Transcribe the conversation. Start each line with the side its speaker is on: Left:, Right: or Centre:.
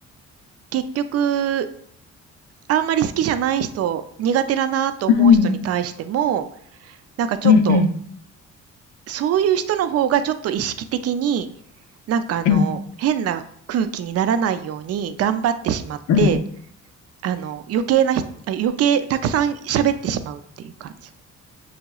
Right: 結局、あんまり好きじゃない人、苦手だなと思う人に対しても、
Left: うん。
Right: なんかちょっと、
Left: うんうん。
Right: そういう人の方がちょっと意識的に、なんかあの、
Left: うん。
Right: 変な空気にならないように頑張ってしまって、
Left: うん
Right: あの、余計なひあ、余計たくさん喋ってしまうっていう感じ。